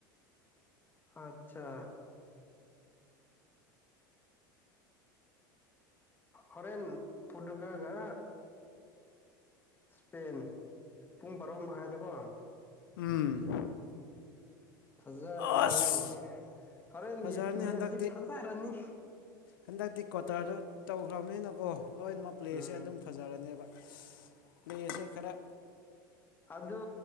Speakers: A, on the left (about 20°); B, on the left (about 80°).
A: ꯑꯆꯥ ꯍꯣꯔꯦꯟ ꯄꯠꯔꯀꯒ ꯏꯁꯄꯦꯟ ꯄꯨꯡ ꯕꯥꯔꯣ ꯃꯈꯥꯏꯗꯀꯣ
B: ꯎꯝ
A: ꯐꯖꯔꯅꯤꯍꯦ
B: ꯑꯁ
A: ꯍꯣꯔꯦꯟꯒꯤ
B: ꯐꯖꯔꯅꯤ
A: ꯃꯦꯠꯁꯇꯤ
B: ꯍꯟꯗꯛꯇꯤ
A: ꯐꯖꯔꯅꯤ
B: ꯍꯟꯗꯛꯇꯤ ꯀ꯭ꯋꯥꯇꯔꯗꯨ ꯇꯧꯈ꯭ꯔꯕꯅꯤꯅꯀꯣ ꯂꯣꯏꯅꯃꯛ ꯄ꯭ꯂꯦꯁꯦ
A: ꯎꯝ
B: ꯑꯗꯨꯝ ꯐꯖꯔꯅꯦꯕ ꯂꯩꯁꯦ ꯈꯔ
A: ꯑꯗ